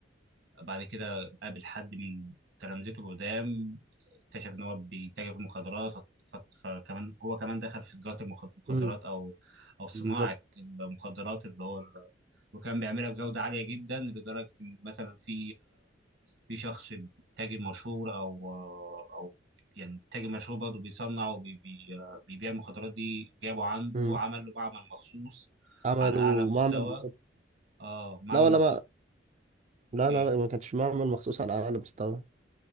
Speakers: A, on the right; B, on the right.
A: بعد كده قابل حد من تلامذته القدام اكتشف ان هو بيتاجر في المخدرات فت- فت- فكمان هو كمان دخل في تجارة المخ- المخدرات
B: امم
A: او او صناعة
B: بالظبط
A: المخدرات اللي هو ال- وكان بيعملها بجودة عالية جدا لدرجة ان مثلا في في شخص تاجر مشهور او او يعني تاجر مشهور برضه بيصنع وبيبيع المخدرات دي جابه عنده
B: امم
A: عمل له معمل مخصوص
B: عملوا
A: على اعلى مستوى
B: معمل بالظبط
A: اه معمل
B: لا ولا
A: مخصوص
B: ما
A: اوكي
B: لا لا لا ما كانتش معمل مخصوص على أعلى مستوى